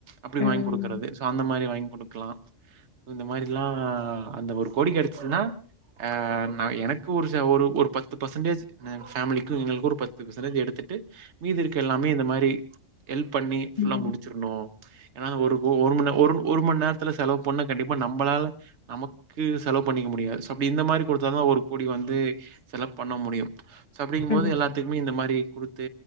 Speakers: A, on the right; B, on the left.
A: அப்டி
B: ம்.
A: வாங்கி குடுக்கறது சோ அந்த மாரி வாங்கி குடுக்லா சோ இந்த மாரிலா அந்த ஒரு கொடி கெடைச்சிதுனா அ நா எனக்கு ஒரு ச ஒரு ஒரு பத்து பர்சன்டேஜ் அ எங் ஃபேமிலிக்கு எங்ளுக்கு ஒரு பத்து பிசன்டேஜ் எடுத்து ட்டு மீதி இருக்க எல்லாமே இந்த மாரி ஹெல்ப் பண்ணி ஃபுல்லா
B: ம்.
A: முடிச்சிர்ணு ஏனா ஒரு ஒ ஒரு மண் ஒரு ஒரு மண் நேரத்து செலவு பண்ண கண்டிப்பா நம்பளால நமக்கு செலவு பண்ணிக்க முடியாது சோ அப்டி இந்த மாரி குடுத்தாதா ஒரு கோடி வந்து செல பண்ண முடியு சோ அப்டிங்போது
B: ம்.
A: எல்லாத்துக்குமே இந்த மாரி குடுத்து